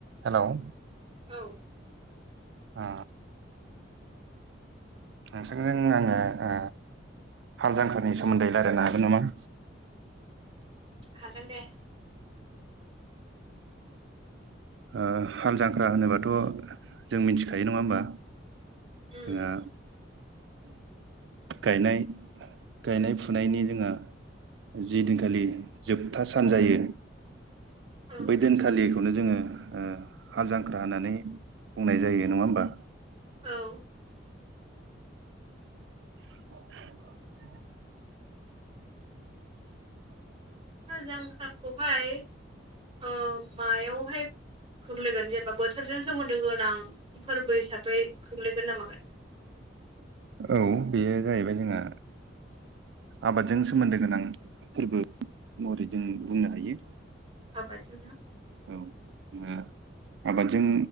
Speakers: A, on the right; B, on the right.
A: हेल'
B: औ
A: अ नोंथांजों आङो ओ हाल जांक्रानि सोमोन्दै रायज्लायनो हागोन नामा?
B: हागोन दे।
A: ओ हाल जांख्रा होनोबाथ' जों मिथिखायो नङा होमबा?
B: उम
A: जोंहा गायनाय गायनाय-फुनायनि जोंहा जि दिनखालि जोबथा सान जायो
B: औ
A: बै दिनखालि बेखौनो जोङो हाल जांख्रा होननानै बुंनाय जायो। नङा होमबा?
B: औ
A: <unintelligible>
B: हाल जांख्राखौहाय मायावहाय खोख्लैगोन जेनेबा बोथोरजों सोमोन्दो गोनां फोरबो हिसाबै खोख्लैगोन नाामागोन?
A: औ बेयो जाहैबाय जोंहा आबादजों सोमोन्दो गोनां फोरबो महरै जों बुंनो हायो।
B: आबाद जों ना
A: औ ओआबादजों